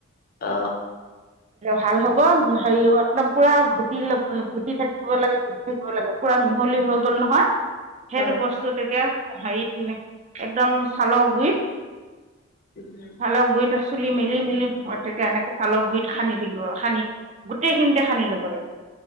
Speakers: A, on the left; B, on the right.
A: অ
B: ভাল হব হেৰি একদম পুৰা ঘুটি ঘুটি থাকিব লাগে ঘুটি থাকিব লাগে পুৰা মি হলি হৈ গ'ল নহয় সেইটো
A: হয়
B: বস্তু তেতিয়া হেৰিত একদম চালৰ গুৰিত
A: উম,
B: চালৰ গুৰিত চুলি মেলি মেলি মেলি তেতিয়া এনেকে চালক গুৰিত সানি থাকিব সানি গোটেই খিনিতে সানি ল'ব লাগে